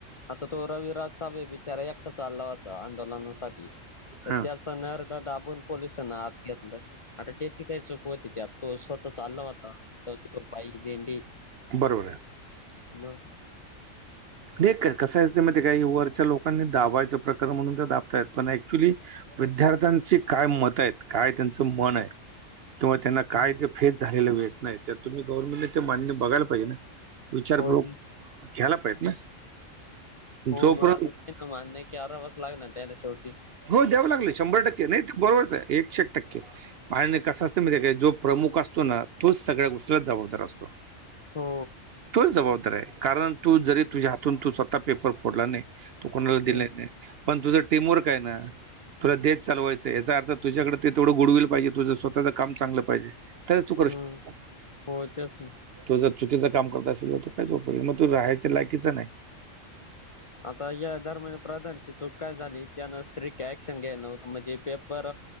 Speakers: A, on the left; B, on the right.
A: आता तो रविराज साब बिचारा एकटा चालला होता आंदोलनासाठी. तर
B: हा
A: त्याचा नरड दाबून पोलिसांनी आत घेतलं आता त्याची काही चूक होती त्यात. तो स्वतः चालला होता त्या तो पायी दिंडी
B: बरोबर आहे
A: मग.
B: नाही कस असते माहिती काय काही वरच्या लोकांनी दाबायचं प्रकार म्हणून ते दाबतायत पण ऍक्च्युली. विद्यार्थ्यांची काय मत आहेत काय त्यांचं मन आहे. किंवा त्यांना काय
A: हम्म
B: जे फेस झालेलंेट नाही त्या तुम्ही गव्हर्मेंटने ते मान्य बघायला पाहिजे ना. विचारपूर्वक
A: हो ती
B: घ्यायला पाहिेत ना.
A: हो
B: जोपर्यंत
A: मग आता ते ना मान्य की अरा वाजस लागला त्याला शेवटी.
B: हो द्याव लागल शंभर टक्के नाही बरोबरच आहे एक शक्य. टक्के आणि कसं असतं माहिती आहे काय जो प्रमुख असतो ना तोच सगळ्या गोष्टीला जबाबदार असतो.
A: हो
B: तोच जबाबदार आहे कारण तू जरी तुझ्या हातून तू स्वतः पेपर फोडला नाही. तू कोणाला दिले
A: हम्म
B: नाही पण तुझं टीमवर्क आहे ना. तुला देश चालवायचंय, याचा अर्थ तुझ्याकडे तेवढं गुड विल पाहिजे, तुझं स्वतःच काम चांगलं पाहिजे. तरच तू करू
A: हम्म
B: शक
A: हो तेच ना
B: तु जर चुकीचं काम करत असल तर तूझा कायच उपयोग, मग तू राहायच्या लायकीचा नाही.
A: आता या दर महिना प्रधानची चुक काय झाली, त्यानं स्ट्रिक ऍक्शन घ्यायला नव्हतं, म्हणजे पेपर